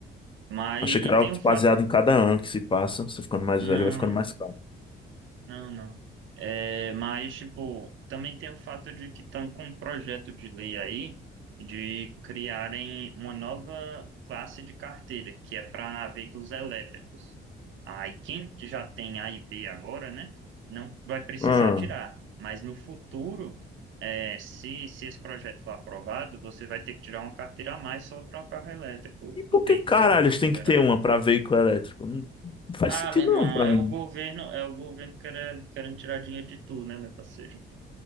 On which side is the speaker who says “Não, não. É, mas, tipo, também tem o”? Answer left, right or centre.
Right